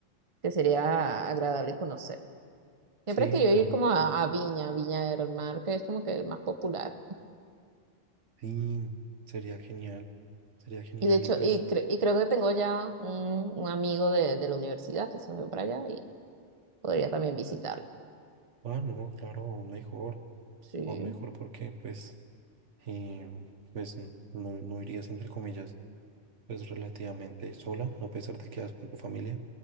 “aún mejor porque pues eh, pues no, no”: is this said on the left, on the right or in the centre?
Right